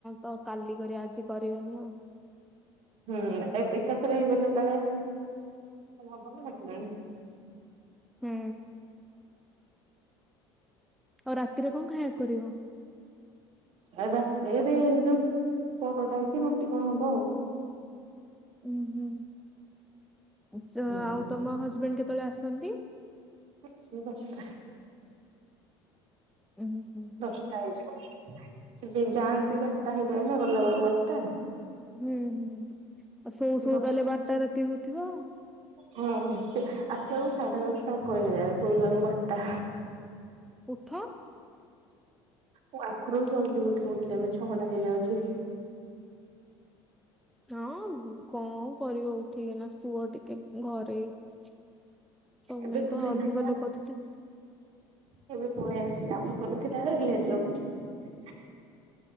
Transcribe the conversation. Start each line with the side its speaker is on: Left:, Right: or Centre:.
Centre: ତ କାଲି କରିବା, ଆଜି କରିବାନି ଆଉ।
Right: ହୁଁ ଏ ଏକାଥରେ ହେଇଗଲେ କାଳେ <inaudible> ହବ ନା ସେଥିପାଇଁ।
Centre: ହୁଁ। ଆଉ ରାତିରେ କଣ ଖାଇବାକୁ କରିବ?
Right: ଏଟା ଏରେ ଯୋଉ ପରଟା କି ରୁଟି କଣ ହବ।
Centre: ଅଁ, ହଁ। ଆଚ୍ଛା
Right: ହୁଁ
Centre: ଆଉ ତୋମ ହଜବେଣ୍ଡ କେତେବେଳେ ଆସ ସନ୍ତି
Right: ହେ ସେଇ ଦଶଟା।
Centre: ଏମିତି
Right: ଦଶଟା ହେଇଯିବ ସେ ଯେ ଯାଆନ୍ତି ବାରଟା ହେଇଯାଏ ନା, ଗଲା ବେଳକୁ ବାରଟା।
Centre: ଉଁ, ହୁଁ। ଆଉ ଶୋଉ ଶୋଉ ସୋ
Right: ଦଶ
Centre: ତାହେଲେ ବାରଟା ରାତି ହଉଥିବ ଆଉ।
Right: ହଁ ସେ ଆସିଲା ବେଳକୁ ସାଢେ ଦଶଟା ଉପରେ ହେଇଯାଏ, ଶୋଇାଲୃବେଳକୁ ବାରଟା।
Centre: ଉଠ?
Right: ଓ ଆଗରୁ ଜଲଦି ଉଠିଯାଉଥିଲେ, ଏବେ ଛଅଟା ହେଇଯାଉଛି।
Centre: ହଁ ଗୁ-କଣ କରିବ ଉଠିକିନା ଶୁଅ ଟିକେ ଘରେ। ତମେ
Right: ଏବେ ଘରେ
Centre: ତ ଅଧିକ
Right: ନାହିଁ।
Centre: ଲୋକ ଥିଲେ।
Right: ଏବେ ପଳେଇ ଆସଛି ଆମ ଘରେ ଥିଲା ବେଳେ ଲେଟରେ ଉଠେ।